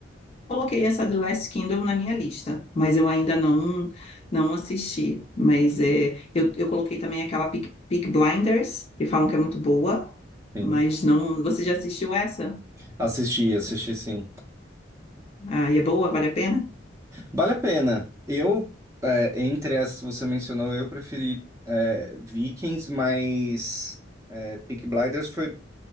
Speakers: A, on the left; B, on the right.
A: coloquei essa The Last Kingdom na minha lista, mas eu ainda não não assisti. Mas é, eu, eu coloquei também aquela Peak, Peaky Blinders, que falam que é muito boa,
B: Sim,
A: mas não. Você já assistiu essa?
B: assisti, assisti sim.
A: Ah, e é boa? Vale a pena?
B: Vale a pena. Eu, é, entre essas que você mencionou, eu preferi é, Vikings, mas é, Peaky Blinders foi